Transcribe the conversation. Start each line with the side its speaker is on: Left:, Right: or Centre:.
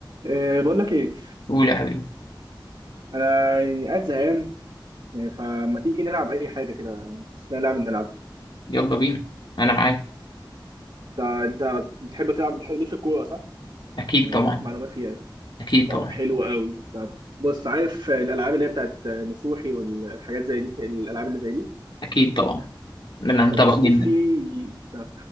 Right: أه بقول لك ايه
Left: قول يا حبيبي
Right: انا يعني قاعد زهقان يعني فما تيجي نلعب اي حاجه كده لا لعبه نلعبها
Left: يلا بينا انا معاك
Right: انت انت بتحب تلعب بتحب ليك في الكوره صح
Left: اكيد
Right: يعني
Left: طبعا
Right: ليك معلومات فيها يعني.
Left: اكيد
Right: طب
Left: طبعا
Right: حلو قوي طب بص عارف الالعاب اللي هي بتاعت نصوحي والحاجات زي دي الالعاب اللي زي دي
Left: اكيد طبعا انا متابع
Right: طب بص
Left: جدا
Right: في في طب